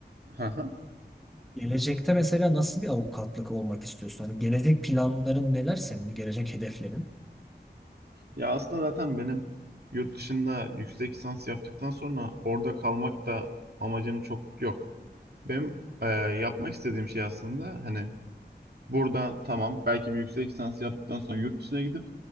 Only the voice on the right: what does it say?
Hı hı.
Ya aslında zaten benim yurt dışında yüksek lisans yaptıktan sonra orada kalmak da amacım çok yok. Benim e, yapmak istediğim şey aslında hani buradan tamam belki bir yüksek lisans yaptıktan sonra yurt dışına gidip